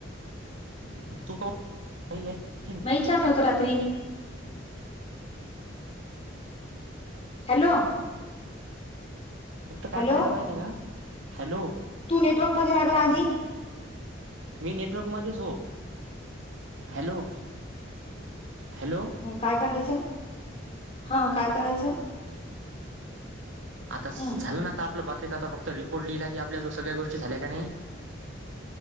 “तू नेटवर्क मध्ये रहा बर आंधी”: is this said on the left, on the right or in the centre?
Left